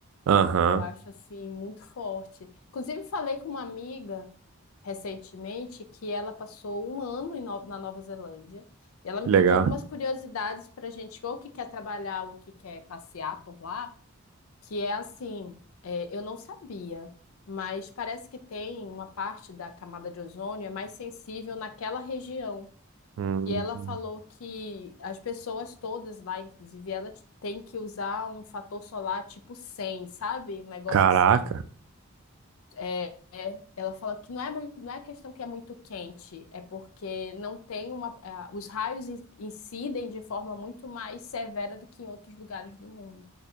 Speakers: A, on the right (about 65°); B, on the left (about 70°).
A: Aham.
B: Eu acho assim muito forte. Inclusive falei com uma amiga recentemente que ela passou um ano em No- na Nova Zelândia e ela me
A: Que
B: contou
A: legal.
B: algumas curiosidades pra gente ou que quer trabalhar ou que quer passear por lá que é assim, é, eu não sabia, mas parece que tem uma parte da camada de ozônio é mais sensível naquela região.
A: Hum,
B: E ela falou que as pessoas todas lá, inclusive ela, t- tem que usar um fator solar tipo 100, sabe? Um negócio
A: caraca.
B: assim. É, é- ela fala que não é muito, não é questão que é muito quente, é porque não tem uma. ah, os raios in- incidem de forma muito mais severa do que em outros lugares do mundo.